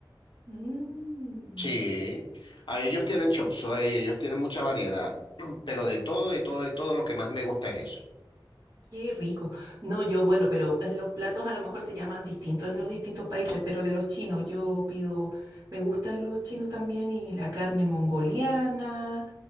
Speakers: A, on the right; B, on the left.
A: Mm,
B: Sí, a ellos tienen chop suey, ellos tienen mucha variedad, <clears throat> pero de todo, de todo, de todo, lo que más me gusta es eso.
A: Qué rico. No, yo, bueno, pero eh, los platos a lo mejor se llaman distintos en los distintos países, pero de los chinos yo pido, me gustan los chinos también y la carne mongoliana,